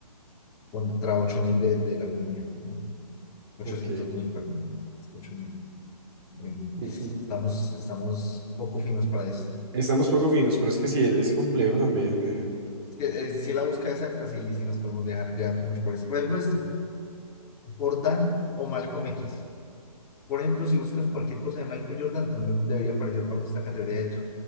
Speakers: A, on the left; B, on the right.
A: contra ocho mil de, de la bulimia. ¿no? Ochocientos
B: ok.
A: mil, perdón. Es que 8 mil. Bulimia.
B: <laughs>
A: Estamos, estamos poco finos para esto.
B: Estamos poco finos, pero es que sí, es, es complejo también.
A: Es que, eh, si la busca exacta, sí, sí nos podemos dejar ya mucho por eso. Por ejemplo, esto. Jordan o Malcolm X. Por ejemplo, si buscan cualquier cosa de Michael Jordan, también debería aparecer bajo esta categoría de